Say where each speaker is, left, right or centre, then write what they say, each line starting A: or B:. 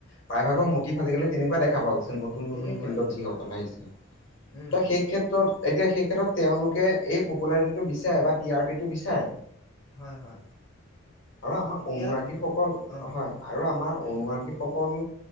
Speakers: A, on the left; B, on the left.
A: প্ৰায়ভাগৰ
B: উম
A: মুটি আজিকালি তেনেকুৱা দেখা পোৱা গৈছে, নতুন নতুন
B: তেনেকুৱাই
A: ফিল্ডত
B: তেনেকুৱাই
A: যিসকল
B: হয়
A: আহিছে,
B: উম
A: ত' সেই ক্ষেত্ৰত এতিয়া সেই ক্ষেত্ৰত তেওঁলোকে এই পপুলাৰিটিটো বিচাৰে, বা টি আৰ পিটো বিচাৰে।
B: হয় হয়।
A: আৰু আমাৰ
B: এতিয়া
A: অনুৰাগীসকল
B: অঁ
A: হয় আৰু আমাৰ
B: উম
A: অনুৰাগীসকল